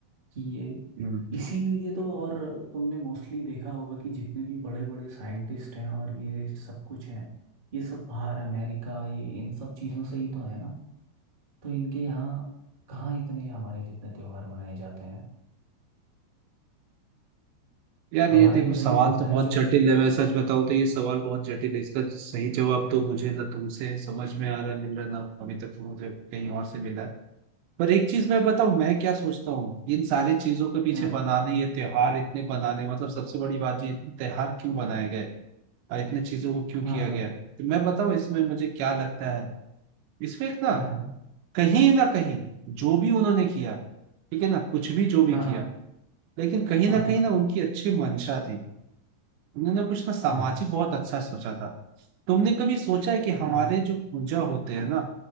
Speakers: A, on the right (about 20°); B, on the right (about 75°).
A: कि ये
B: हम्म।
A: इसीलिए तो और तुमने मोस्टली देखा होगा कि जितने भी बड़े बड़े साइंटिस्ट हैं और ये सब कुछ हैं ये सब बाहर अमेरिका ये इन सब चीज़ों से ही तो है ना तो इनके यहाँ कहाँ इतने हमारे जितने त्योहार मनाए जाते हैं
B: यार
A: हमारे
B: ये देखो
A: इधर
B: सवाल
A: ही होता
B: तो
A: है
B: बहुत
A: जो
B: जटिल
A: कुछ
B: है मैं सच बताऊं तो ये सवाल बहुत जटिल है इसका सही जवाब तो मुझे ना तुमसे समझ में आ रहा है मिल रहा है ना अभी तक तो मुझे कहीं और से मिला है पर एक चीज मैं बताऊं मैं क्या सोचता हूँ इन सारी चीजों के पीछे
A: हाँ
B: बनाने ये त्योहार इतने बनाने मतलब सबसे बड़ी बात जो इतने त्योहार क्यों बनाए गए और इतने चीजों को क्यों
A: हाँ
B: किया
A: हाँ
B: गया है? तो मैं बताऊं इसमें मुझे क्या लगता है इसमें एक ना
A: हाँ
B: कहीं ना कहीं जो भी उन्होंने किया ठीक है ना कुछ भी जो भी
A: हाँ हाँ
B: किया लेकिन कहीं
A: हाँ
B: ना
A: हाँ
B: कहीं ना उनकी अच्छी मंशा थी उन्होंने कुछ ना सामाजिक
A: हाँ हाँ
B: बहुत अच्छा सोचा था तुमने कभी सोचा है कि
A: हाँ
B: हमारे
A: हाँ
B: जो पूजा होते हैं ना